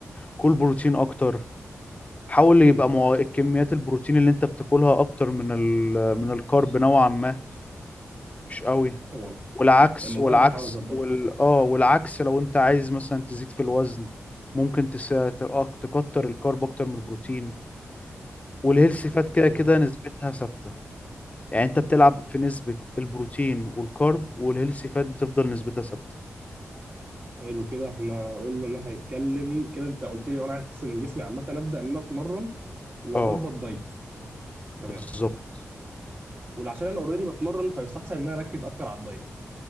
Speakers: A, on the left; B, on the right.
A: كل بروتين اكتر حاول يبقى
B: مم.
A: مع كميات البروتين اللي انت بتاكلها اكتر من ال... من الكارب نوعا ما مش قوي
B: والله
A: والعكس
B: الموضوع
A: والعكس
B: انا بحاول اظبطه
A: وال اه والعكس لو انت عايز مثلا تزيد في الوزن ممكن تس... ت- آه، تكتر الكارب اكتر من البروتين والهيلثي فات كده
B: مم.
A: كده نسبتها ثابتة يعني انت بتلعب في نسبة البروتين والكارب والهيلثي فات بتفضل نسبتها ثابتة
B: حلو كده احنا قلنا ان احنا هنتكلم كده انت قلت لي وانا عايز احسن من جسمي عامه ابدا ان انا اتمرن واظبط
A: اه
B: دايت تمام
A: بالظبط
B: ولعشان انا اوريدي بتمرن فيستحسن ان انا اركز اكتر على الدايت